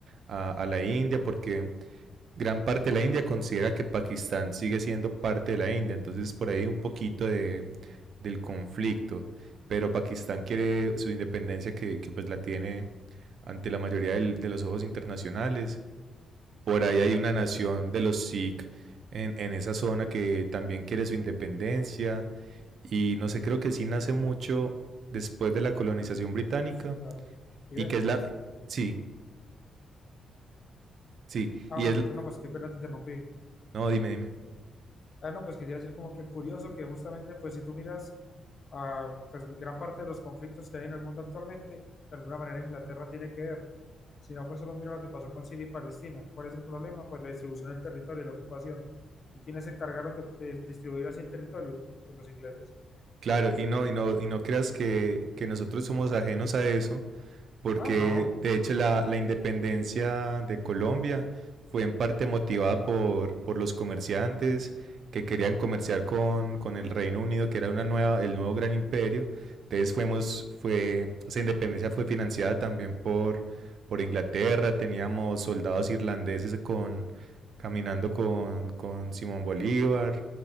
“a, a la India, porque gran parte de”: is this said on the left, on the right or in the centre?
Right